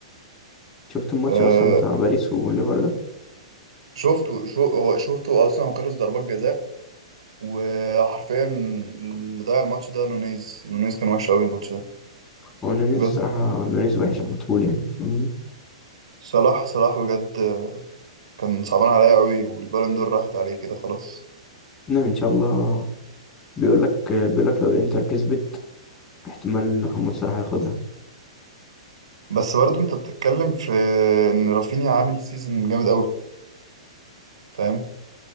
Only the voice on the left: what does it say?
شفت الماتش
أصلا بتاع باريس والليفر ده
هو نونيز
الصراحة نونيز وحش على طول يعني فاهمني
لا إن شاء الله بيقولك بيقولك لو الإنتر كسبت احتمال محمد صلاح ياخدها